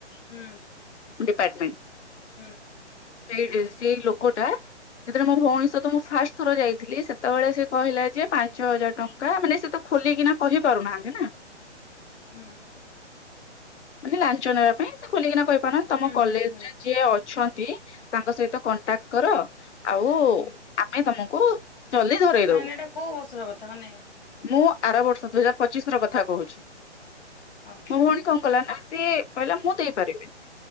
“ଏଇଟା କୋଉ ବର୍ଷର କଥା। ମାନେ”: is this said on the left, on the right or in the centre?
Left